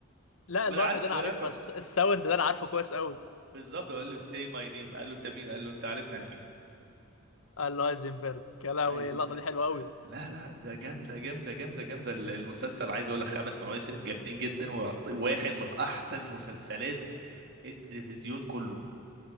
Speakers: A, on the left; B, on the right.
A: لا
B: ولا
A: اللقطه
B: عارف
A: دي انا
B: ولا
A: عارفها
B: عارف
A: الس- الساوند ده انا عارفه كويس قوي
B: بالظبط قال له سي ماي نيم قال له انت مين قال له انت عارفني انا مين
A: الهايزنبرج يا لهوي
B: عايز
A: اللقطه
B: أقول-
A: دي حلوه قوي
B: لا لا ده جامده جامده جامده جامده ال- المسلسل عايز اقول لك خمس مواسم جامدين جدا ويعطي واحد من احسن مسلسلات التلفزيون كله